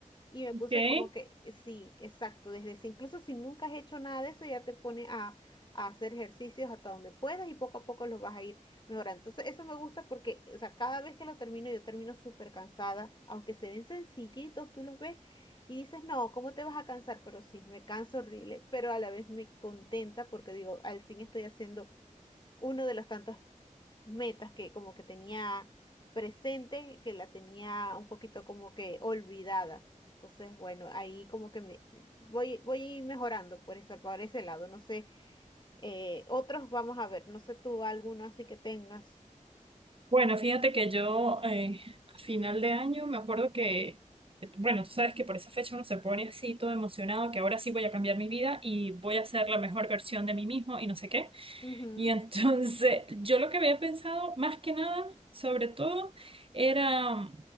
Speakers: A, on the left; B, on the right.
A: Y me puse
B: Ok.
A: como que, sí, exacto, desde si, incluso si nunca has hecho nada de eso, ya te pone a, a hacer ejercicios hasta donde puedas y poco a poco los vas a ir mejorando. Entonces, eso me gusta porque, o sea, cada vez que lo termino, yo termino súper cansada, aunque se ven sencillitos, tú los ves y dices, no, ¿cómo te vas a cansar? Pero sí, me canso horrible, pero a la vez me contenta porque digo, al fin estoy haciendo uno de los tantos metas que como que tenía presente, que la tenía un poquito como que olvidada. Entonces, bueno, ahí como que me voy, voy mejorando por esa, por ese lado. No sé, eh, otros vamos a ver, no sé tú alguno así que tengas.
B: Bueno, fíjate que yo eh, a final de año me acuerdo que, bueno, tú sabes que por esa fecha uno se pone así todo emocionado, que ahora sí voy a cambiar mi vida y voy a ser la mejor versión de mí mismo y no sé qué.
A: Ujú.
B: Y entonces, <laughs> yo lo que había pensado más que nada, sobre todo, era